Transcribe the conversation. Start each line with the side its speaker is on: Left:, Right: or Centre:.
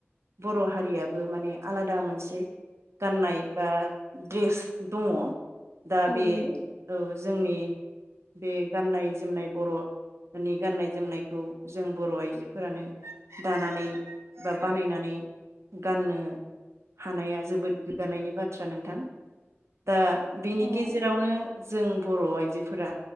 Right: बर हार रियाबो माने आलादा मोनसे गाननाय बा द्रेस दङ दा
Left: औ
Right: बे
Left: नंगौ
Right: औ जोंनि बे गाननाय जोमनाय बर नि गाननाय जोमनायखौ जों बर आइजोफोरानो दानानै बा बानायनानै गाननो बाथ्रा नोंथां दा बिनि
Left: औ
Right: गेजेरावनो जों बर आइजोफोरा